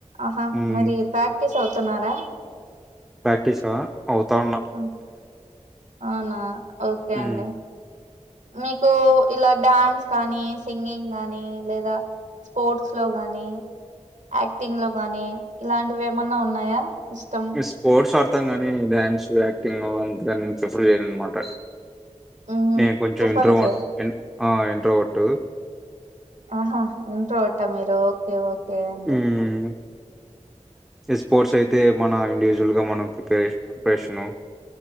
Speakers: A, on the right; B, in the centre.
A: ఆహా
B: ఉమ్
A: మరి ప్రాక్టీస్ అవుతున్నారా
B: ప్రాక్టీసా అవుతా ఉన్నా
A: ఉమ్, అవునా ఓకే
B: ఉమ్.
A: అండి మీకు ఇలా డ్యాన్స్ కానీ సింగింగ్ గానీ లేదా స్పోర్ట్స్ లో గాని యాక్టింగ్ లో గాని ఇలాంటివేమన్నా ఉన్నాయా ఇష్టం
B: స్పోర్ట్స్ అడుతం కానీ డ్యాన్సు యాక్టింగ్ అవి అంతగా నేను ప్రిఫర్ చేయనన్నమాట
A: మ్మ్
B: నేను కొంచెం
A: ప్రిఫర్
B: ఇంట్రవర్ట్
A: చేయరు
B: ఇం ఆ ఇంట్రవర్ట్
A: ఆహా ఇంట్రవర్ట మీరు ఓకే ఓకే అండి
B: మ్ ఈ స్పోర్ట్స్ అయితే మన ఇండివిజువల్గా మనం ప్రిపరే ప్రిపరేషను